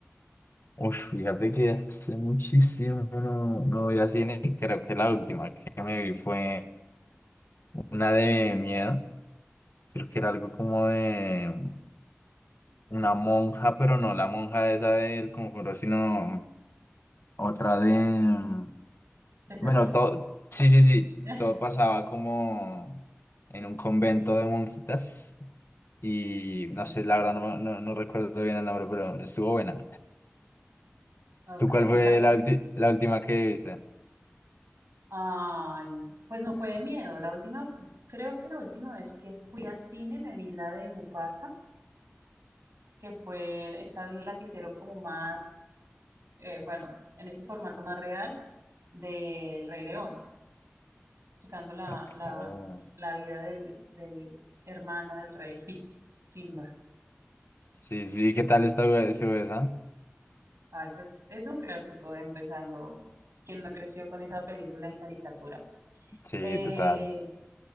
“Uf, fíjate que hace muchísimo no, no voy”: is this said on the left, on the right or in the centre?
Left